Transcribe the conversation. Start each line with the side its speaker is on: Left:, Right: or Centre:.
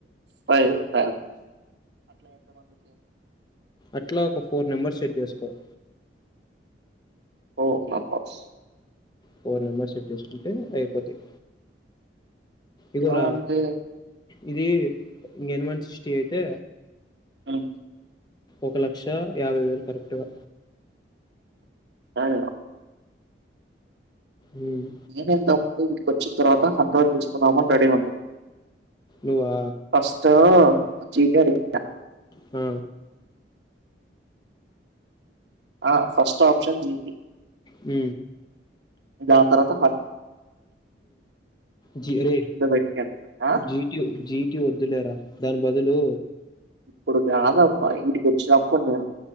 Right: ఫైవ్వ
Left: అట్లా ఒక ఫోర్ నెంబర్స్ సెట్ చేస్త స
Right: ఓ నా పస్
Left: ఫోర్ నెంబర్ సెట్ చేసుకుంటే అయిపోతాయి ఇగోరా
Right: ఏముంది
Left: ఇది ఇక ఎన్ వన్ సిక్స్టీ అయితే
Right: అవు
Left: ఒక లక్ష యాభై వేలు కరెక్ట్గా.
Right: కాదు
Left: మ్మ్
Right: ఏనెంత వీటికి వచ్చిన తర్వాత సంతాం తీస్తున్నామ అని రెడీ ఉంటుంది
Left: నువ్వా
Right: ఫస్ట్ జీటీ అడిగిన
Left: ఆ
Right: ఆ ఫస్ట్ ఆప్షన్ జిపి
Left: హ
Right: దాని తరువాత
Left: జ రరే
Right: పెట్టాను
Left: జీటి జీటి వద్దులేరా దాని బదులు
Right: ఇప్పుడు కాదు అబ్బా ఇంటికి వచ్చినపుడు నేను